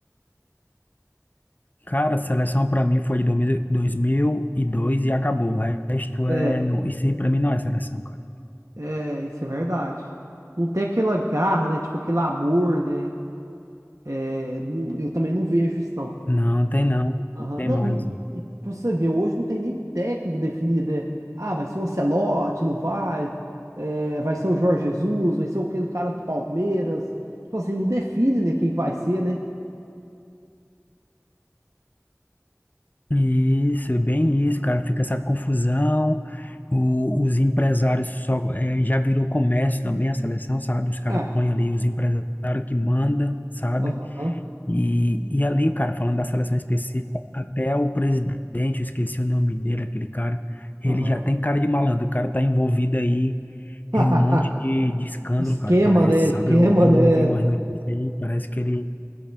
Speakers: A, on the left; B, on the right.
A: cara, a seleção pra mim foi de 2000 2002 e dois e acabou. O resto
B: É,
A: é. Não, isso aí pra mim não é seleção, cara.
B: é, isso é verdade. Não tem aquela garra, né? Tipo aquele amor, né? É, não- eu também não vejo isso, não.
A: Não, tem não.
B: Aham.
A: Não tem
B: Não,
A: mais.
B: e, e pra você ver, hoje não tem nem técnico definido, né? Ah, vai ser o Ancelotti, não vai? É, vai ser o Jorge Jesus, vai ser aquele cara do Palmeiras. Tipo assim, não define, né, quem que vai ser, né?
A: Isso, é bem isso, cara. Fica essa confusão. O- os empresários só. é, já virou comércio também a seleção, sabe? Os caras
B: Ah,
A: põem ali os empresários que manda, sabe?
B: aham,
A: E, e ali, cara, falando da seleção específica, até o presidente, eu esqueci o nome dele, aquele cara, ele
B: aham.
A: já tem cara de malandro, o cara tá envolvido aí
B: <laughs>
A: em um monte de, de escândalo,
B: Esquema,
A: cara, parece,
B: né?
A: sabe?
B: Esquema,
A: Eu, eu
B: né?
A: ouvi umas notícias aí, parece que ele